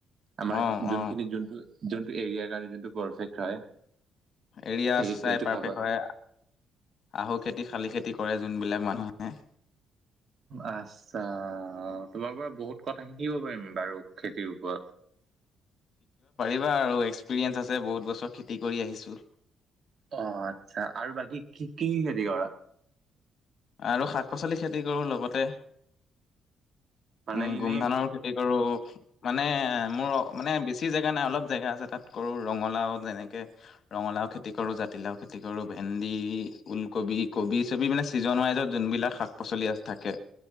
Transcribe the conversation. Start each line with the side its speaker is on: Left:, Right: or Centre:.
Right: আমাৰ
Left: অ
Right: যোনখিনি
Left: অ
Right: যোনটো যোনটো এৰিয়াৰ কাৰণে যোনটো পাৰফেক্ট হয়
Left: এৰিয়া
Right: সেই
Left: চাই
Right: সেইটো
Left: পাৰফেক্ট
Right: খাব
Left: হয় আহক খেতি শালি খেতি কৰে যোনবিলাক মানুহে
Right: আচ্ছা অ তোমাৰ পৰা বহুত কথা শিকিব পাৰিম বাৰু খেতিৰ ওপৰত
Left: এনেকুৱাই এক্সপিৰিয়েঞ্চ আছে বহুত বছৰ খেতি কৰি আহিছো
Right: অ আচ্ছা আৰু বাকী কি কি কি খেতি কৰা
Left: আৰু শাক পাচলি খেতি কৰো লগতে
Right: মানে
Left: উম
Right: এনে
Left: গোমধানৰো খেতি কৰো মানে মোৰ মানে বেছি জেগা নাই অলপ জেগা আছে তাত কৰো ৰঙালাও যেনেকে ৰঙালাও খেতি কৰো জাতি লাও খেতি কৰো ভেন্দি ভেন্দি ওলকবি কবি চবি মানে ছিজন যোনবিলাক শাক পাচলি থাকে